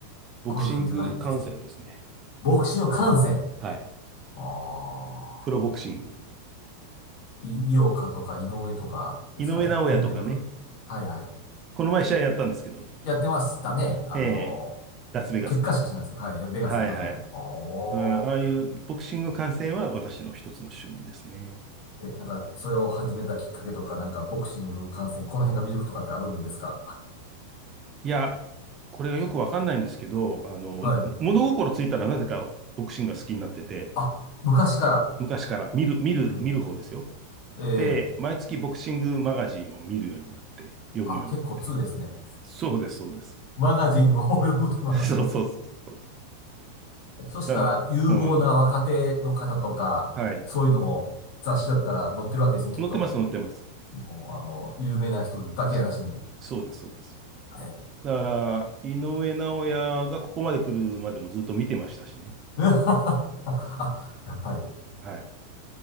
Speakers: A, on the right; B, on the left.
A: ボクシング観戦ですね。
B: ゴルフじゃないとして。ボクシング観戦。
A: はい。
B: ああ。
A: プロボクシング。
B: い井岡とか井上とかですかね。
A: 井上尚弥とかね。
B: 有名どころ。はいはい。
A: この前試合やったんですけど。
B: やってましたね。あのー、
A: ええ。ラスベガスで。
B: 結果しか知らないですけど、はい。ベガスやってましたね。
A: はいはい。
B: おー。
A: あああいうボクシング観戦は私の一つの趣味ですね。
B: え、なんか、それを始めたきっかけとか、なんか、ボクシング観戦、この辺が魅力とかってあるんですか
A: いや、これがよくわかんないんですけど、あの、
B: <laughs> はい。
A: 物心ついたらなぜかボクシングが好きになってて、
B: あ、昔から。
A: 昔から見る、見る、
B: えー、
A: 見る方ですよ。
B: えー
A: で、毎月ボクシングマガジンを見るようになって、読むようになって。
B: あ、結構2ですね。
A: そうです、そうです。
B: マガジンを <laughs> 読むとなると
A: <laughs> そうそうそうそう。
B: そしたら、
A: だから、
B: 有望な若手の方とか、
A: うん、はい。
B: そういうのも雑誌だったら載ってるわけですね、きっと。
A: 載ってます、載ってます。
B: もう、あの、有名な人だけやなしに。
A: そそうです、そうです。
B: ええ
A: だから、井上尚弥がここまで来るまでもずっと見てましたしね。
B: <laughs> あ、やっぱり。
A: はい。